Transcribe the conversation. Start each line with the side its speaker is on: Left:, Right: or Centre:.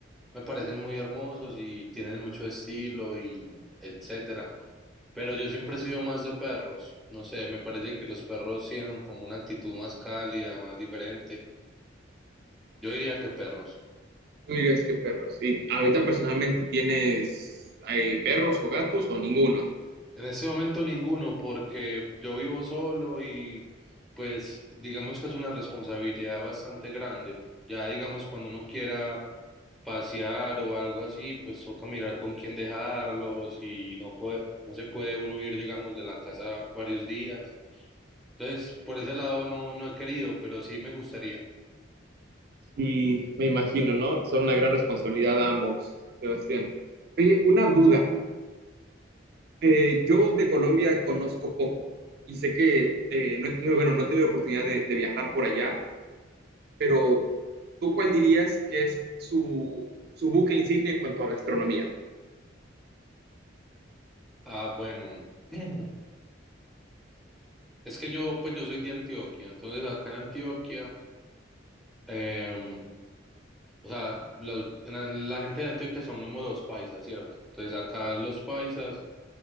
Centre: me parecen muy hermosos y tienen mucho estilo y etcétera, pero yo siempre he sido más de perros, no sé, me parece que los perros tienen como una actitud más cálida, más diferente, yo diría que perros.
Right: tú dirías que perros. ¿Y ahorita personalmente tienes eh, perros o gatos o ninguno?
Centre: En este momento ninguno, porque yo vivo solo y pues digamos que es una responsabilidad bastante grande, ya digamos cuando uno quiera pasear o algo así, pues toca mirar con quién dejarlos y no puede, no se puede uno ir, digamos, de la casa varios días. Entonces, por ese lado no, no he querido, pero sí me gustaría.
Right: Y me imagino, ¿no? Son una gran responsabilidad a ambos, Sebastián. Oye, una duda. Eh, yo de Colombia conozco poco y sé que eh, no he tenido, bueno, no he tenido oportunidad de, de viajar por allá, pero ¿tú cuál dirías que es su, su buque insignia en cuanto a gastronomía?
Centre: Ah, bueno, <clears throat> es que yo, pues yo soy de Antioquia, entonces acá en Antioquia, em, o sea, los- en la, la gente de Antioquia son como los paisas, ¿cierto? Entonces acá los paisas